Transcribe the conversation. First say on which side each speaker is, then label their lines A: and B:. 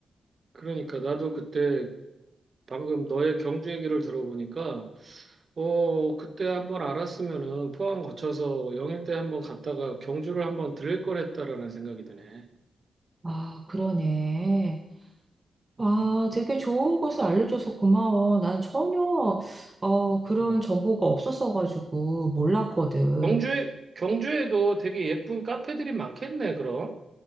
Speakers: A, on the right (about 35°); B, on the right (about 15°).
A: 그러니까 나도 그때 방금 너의 경주 얘기를 들어보니까 어, 그때 한번 알았으면은 포항 거쳐서 영일대 한번 갔다가 경주를 한번 들릴 걸 했다라는 생각이 드네.
B: 아, 그러네. 아,
A: 음,
B: 되게 좋은 것을 알려줘서 고마워. 난 전혀, 어, 그런
A: 음.
B: 정보가 없었어가지고 몰랐거든.
A: 경주에, 경주에도 되게 예쁜 카페들이 많겠네, 그럼.